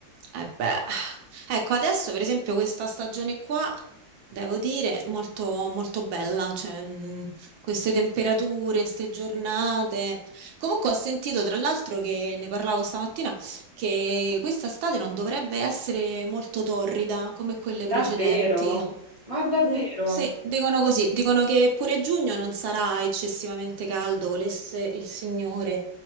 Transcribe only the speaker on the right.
Eh beh. Ecco, adesso per esempio questa stagione qua, devo dire, molto, molto bella, cioè, mh, queste temperature, queste giornate. Comunque ho sentito, tra l'altro, che ne parlavo stamattina, che questa estate non dovrebbe essere molto torrida come quelle precedenti.
Mm, Sì, dicono così, dicono che pure giugno non sarà eccessivamente caldo, volesse il Signore.